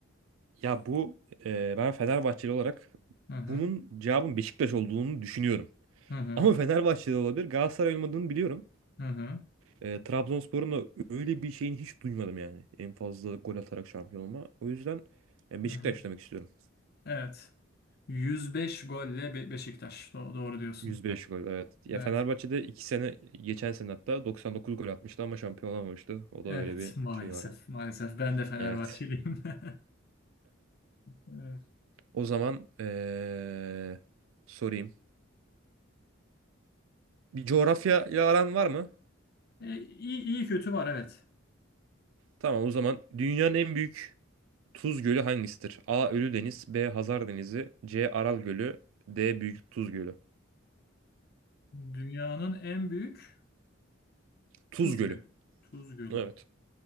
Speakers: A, on the right; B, on the left.
A: Ya bu e, ben Fenerbahçeli olarak
B: Hı hı.
A: bunun cevabın Beşiktaş olduğunu düşünüyorum.
B: Hı hı.
A: Ama Fenerbahçe'de olabilir. Galatasaray olmadığını biliyorum.
B: Hı hı.
A: E, Trabzonspor'un da öyle bir şeyini hiç duymadım yani. En fazla gol atarak şampiyon olma. O yüzden e, Beşiktaş
B: Hı hı.
A: demek istiyorum.
B: Evet. 105 golle Be- Beşiktaş. Do- doğru diyorsun.
A: 105 gol evet. Ya
B: Evet.
A: Fenerbahçe'de iki sene geçen sene hatta 99 gol atmıştı ama şampiyon olamamıştı. O da
B: Evet,
A: öyle bir
B: <laughs> maalesef.
A: şey var yani.
B: Maalesef ben de Fenerbahçeliyim.
A: Evet.
B: <laughs> Evet.
A: O zaman e, sorayım. Bir coğrafya aran var mı?
B: E, iyi, iyi kötü var evet.
A: Tamam o zaman dünyanın en büyük Tuz Gölü hangisidir? A. Ölüdeniz B. Hazar Denizi C. Aral Gölü D. Büyük Tuz Gölü
B: Dünyanın en büyük
A: Tuz
B: Tuz
A: Gölü.
B: Gölü. Tuz Gölü.
A: Evet.